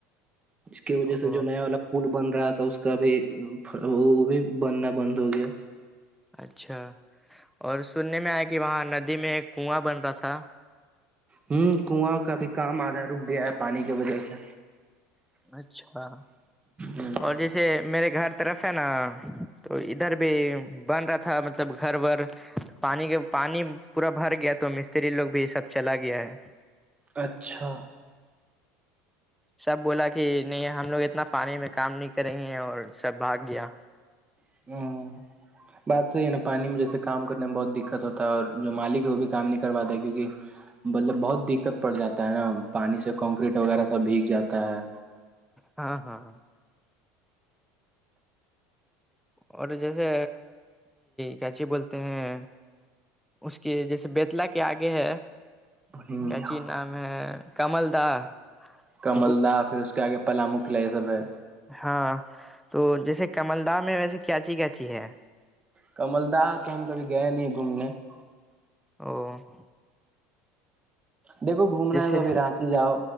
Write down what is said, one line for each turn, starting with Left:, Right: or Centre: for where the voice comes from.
Right: کی وجہ
Centre: او
Right: سے جو نیا والا پل بن رہا تھا اس کا بھی وہ بھی بننا بند ہو گیا
Centre: اچھا اور سننے میں آیا کہ وہاں ندی میں ایک کنواں بن رہا تھا
Right: ہ کنواں کا بھی کام آدھا رک گیا ہے پانی کی وجہ سے
Centre: اچھا
Right: ہ
Centre: اور جیسے میرے گھر طرف ہے نا تو ادھر بھی بن رہا تھا مطلب گھر ب پانی کے پانی پورا بھر گیا تو مستری لوگ بھی یہ سب چلا گیا ہے
Right: اچھا
Centre: سب بولا کہ کہ نہیں ہم لوگ اتنا پانی میں کام نہیں کریں گے اور سب بھاگ گیا
Right: ہ <inaudible> بات صحی ہے نا پانی میں جیسے کام کرنے میں بہت دقت ہوتا ہے اور جو مالک ہے وہ بھی کام نہیں کر پاتا ہے کیوںکہ مطلب بہت دقت پڑ جاتا ہے نا پانی سے کنکریٹ وغیرہ سب بھیگ جاتا ہے
Centre: ہاں ہاں ہاں اور جیسے کیاچی بولتے ہیں اس کے جیسے بیتلا کے آگے ہے
Right: ہ
Centre: کیاچی نام ہے کمل دا
Right: کمل
Centre: تو
Right: دہ پھر اس کے آگے پلاامو قلع یہ سب ہے
Centre: ہاں تو جیسے کمل دام میں ویسے کیاچی کیاچی ہے
Right: کمل دہ تو ہم کبھی گئے نہیں گھومنے <unintelligible>
Centre: او <inaudible>
Right: دیکھو گھومنا
Centre: جیسے
Right: ہے تو ابھی رانچی جاؤ